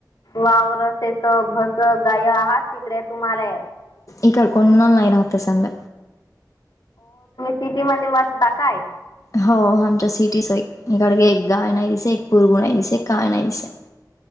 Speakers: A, on the left; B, on the left.
A: वावरत असे भस गाय आहा तिकडे तुम्हाले
B: इ का कोणा नाही राहत संग.
A: सिटी मंदे वाचता काय
B: हो आमच्या सिटीस एक गडगे, एक गाय नाही दिसे, एक पुरगु नाही दिसे, काय नाही दिसे.